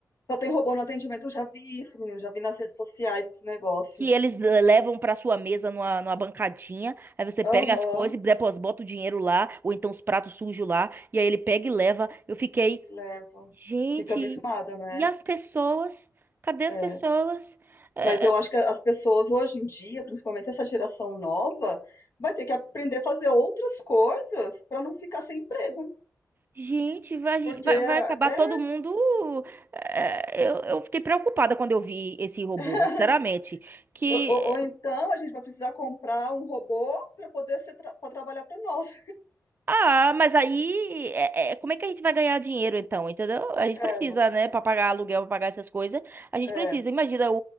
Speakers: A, on the left; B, on the right.
A: só tem robô no atendimento. Eu já vi isso, menino. Já vi nas redes sociais esse negócio.
B: que eles eh, levam para sua mesa numa, numa bancadinha. Aí você pega
A: Aham,
B: as coisas, depois bota o dinheiro lá, ou então os pratos sujos lá, e aí ele pega e leva. Eu fiquei,
A: e leva.
B: gente,
A: Fica abismada, né?
B: e as pessoas? Cadê as
A: É.
B: pessoas? É,
A: Mas eu acho que as pessoas hoje em dia, principalmente essa geração nova, vai ter que aprender a fazer outras coisas para não ficar sem emprego.
B: gente, vai,
A: Porque
B: vai,
A: é,
B: vai acabar todo mundo. é, eu, eu fiquei preocupada quando eu vi esse robô,
A: <laughs>
B: sinceramente. Que
A: ou, ou- ou então a gente vai precisar comprar um robô para poder ser tra para trabalhar para nós.
B: Ah, mas aí, é- é, como é que a gente vai ganhar dinheiro então, entendeu? A gente
A: É,
B: precisa,
A: não, não sei.
B: né, Pra pagar aluguel, pra pagar essas coisas, a gente
A: É,
B: precisa. Imagina o-